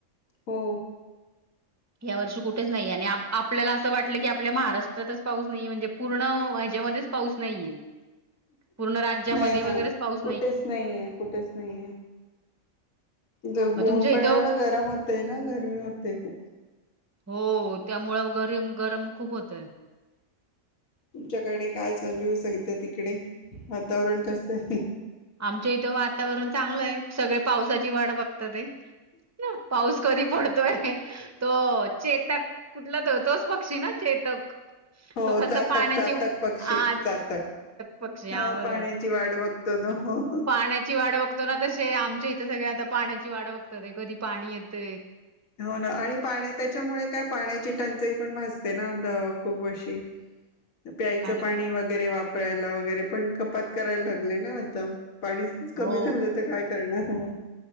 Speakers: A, on the left (about 75°); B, on the right (about 20°).
A: हो!
B: या वर्षी कुठेच नाही, आणि आपल्याला असं वाटलं की आपल्या महाराष्ट्रातच पाऊस नाहीये, म्हणजे पूर्ण हच्या मध्येच पाऊस नाहीये. पूर्ण राज्यामध्ये
A: नाही ना
B: वगैरेच पाऊस
A: कुठेच नाहीये, कुठेच नाहीये, द
B: मग
A: गोन
B: तुमच्या इथं
A: पण एवढं गरम होतंय, ना गरमी होतेय खूप.
B: हो त्यामुळं गरीम, गरम, खूप होतय
A: तुमच्याकडे काय चालू आहे, सध्या तिकडे वातावरण कस आहे?
B: आमच्या इथं वातावरण चांगलं आहे सगळे पावसाची वाट बघ ते ना पाऊस कधी पडतोय तो चेतक कुठला द तोच पक्षी ना चेतक.
A: हो
B: तो कसं
A: चातक,
B: पाण्याची
A: चातक, पक्षी
B: हा
A: चातक
B: पक्षी
A: हा
B: बरोबर
A: पाण्याची वाट बघतो तो हो.
B: पाण्याची वाट बघतो ना! तसे आमच्या इथे सगळ आता पाण्याची वाट बघतात कधी पाणी येतय.
A: हो ना आणि पाण्या त्याच्यामुळे काय पाण्याची टंचाई पण भासते ना खूप अशी. <inaudible> प्यायचं
B: आणि
A: पाणी वगैरे वापर कपडयला वगैरे पण कपात करायला लागले ना आता. पाणी कमी
B: हो
A: झालं तर काय करणार. हो.